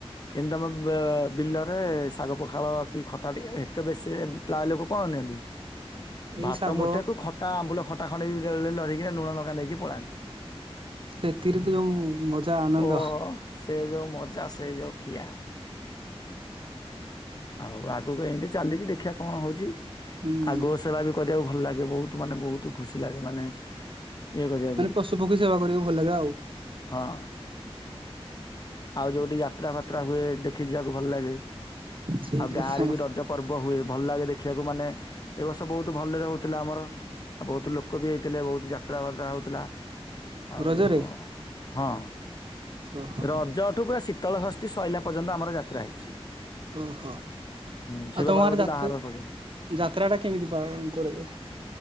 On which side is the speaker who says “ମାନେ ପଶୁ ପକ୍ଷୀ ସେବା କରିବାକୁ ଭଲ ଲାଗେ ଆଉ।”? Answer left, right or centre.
Right